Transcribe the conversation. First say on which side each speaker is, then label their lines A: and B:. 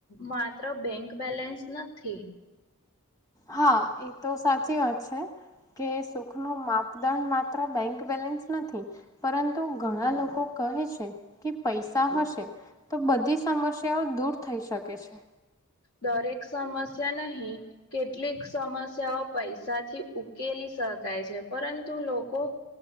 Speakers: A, on the left; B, on the left.
A: માત્ર બેંક બેલેન્સ નથી.
B: હા, એ તો સાચી વાત છે. કે સુખનો માપદંડ માત્ર બેંક બેલેન્સ નથી. પરંતુ ઘણા લોકો કહે છે કે પૈસા હશે. તો બધી સમસ્યાઓ દૂર થઈ શકે છે.
A: દરેક સમસ્યા નહી. કેટલીક સમસ્યાઓ પૈસાથી ઉકેલી શકાય છે. પરંતુ લોકો